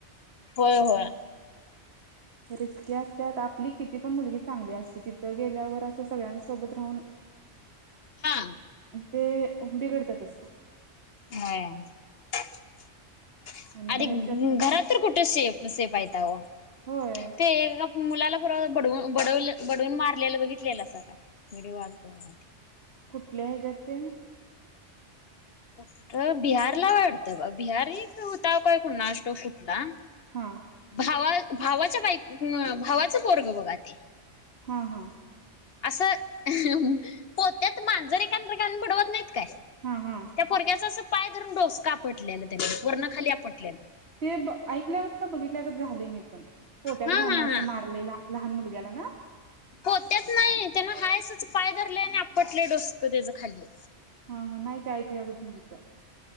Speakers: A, on the left; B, on the right.
A: होय होय.
B: रिस्की असत्यात आपली किती पण मुलगी चांगली असते तिथं गेल्यावर असं सगळ्यां सोबत राहून <inaudible>
A: हा.
B: ते बिघडतातच.
A: होय.
B: आणि
A: अरे
B: बाहेरच्या
A: घरात तरी कुठे से सेफ आहे त्या हो
B: होय
A: ते मुलाला परवा बडवून बडवले बडवून मारलेलं बघितलेलंस काय व्हडिओ आलतं काय.
B: कुठल्या हेज्यात ते?
A: कुठं बिहारला वाटतं बा बिहारिच होता काय कुन्हाच ठाऊक कुठला?
B: हा.
A: भावा भावाच्या बाई भावाचं पोरगा बघा ते.
B: हा हा.
A: असं पोत्यात मांजर एखांद घालून बडवत नाहीत काय
B: हा, हा.
A: पोरगाच्या असं पाय धरून डोसकं आपटलेल त्यानं, वरन खाली आपटलेलं.
B: ते ब ऐकल्यागात का बघितल्यागत झालंय मी पण. पोत्यात
A: हा
B: घालून
A: हा
B: असं
A: हा.
B: मारलेला लहान मुलग्याला ना?
A: होत्याच नाही त्याना हायसच पाय धरले आणि आपटले डोसक त्याच खाली.
B: हा हा नाही ते ऐकल्या गं झालतं.